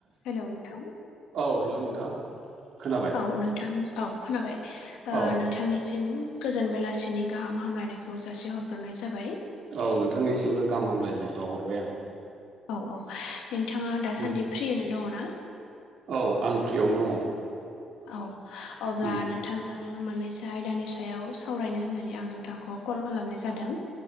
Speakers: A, on the left (about 85°); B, on the right (about 65°).
A: हेल' नोंथां
B: औ हेल' नोंथां खोनाबाय
A: औ नोंथां। औ खोनाबाय नों
B: औ
A: नोंथांनिसिम गोजोन बेलासिनि गाहाम हामलायनायखौ जासिहरग्रोनाय जाबाय।
B: औ नोंथांनिसिमबो गाहाम हामलायनाय बावहरबाय आं।
A: औ औ नोंथाङा दासान्दि
B: उम
A: फ्रियैनो दङ ना?
B: औ आं फ्रियावनो दङ।
A: औ अब्ला
B: उम
A: नों नोंथांजों मोननैसो आयदानि सायाव सावरायनो होननानै आं नोंथांखौ कल खालामनाय जादों।